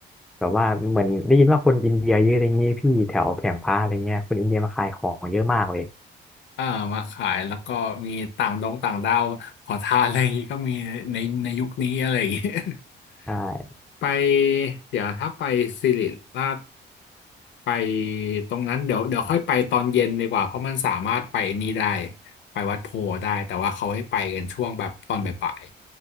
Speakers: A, in the centre; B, on the left.
A: แบบว่าเหมือนได้ยินว่าคนอินเดียเยอะอะไรเงงี้ยพี่แถวแผงพระอะไรเงี้ยคนอินเดียมาขายของเยอะมากเลย
B: เอ่อมาขายแล้วก็มีต่างดงต่างดาวขอทานอะไรอย่างงี้ก็มีในในยุคนี้อะไรอย่างงี้
A: ใช่
B: <laughs> ไปเดี๋ยวถ้าไปสิริราชไปตรงนั้นเดี๋ยวเดี๋ยวค่อยไปตอนเย็นดีกว่าเพราะมันสามารถไปนี่ได้ไปวัดโพธิ์ได้แต่ว่าเขาให้ไปกันช่วงแบบตอนบ่าย